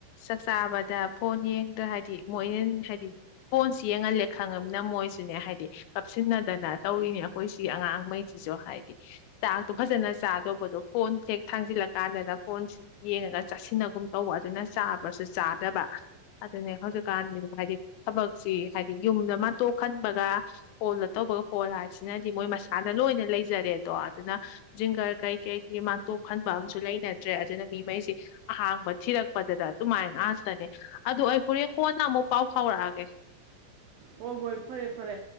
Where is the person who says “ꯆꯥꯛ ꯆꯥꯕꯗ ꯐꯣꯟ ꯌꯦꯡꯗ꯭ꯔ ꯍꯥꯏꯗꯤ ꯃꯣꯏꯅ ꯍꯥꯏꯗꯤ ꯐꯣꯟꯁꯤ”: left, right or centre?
Left